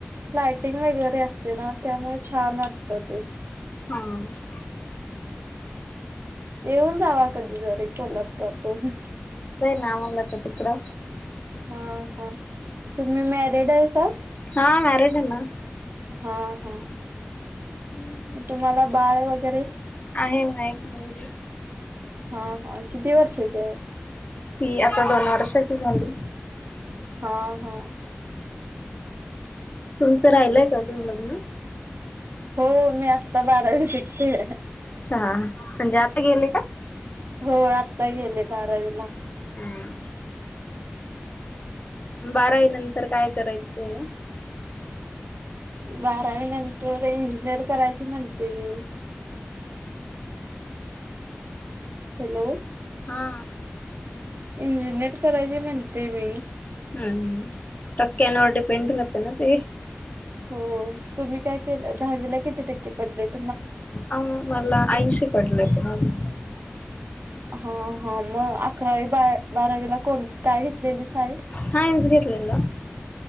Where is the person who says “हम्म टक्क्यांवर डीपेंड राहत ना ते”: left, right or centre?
Left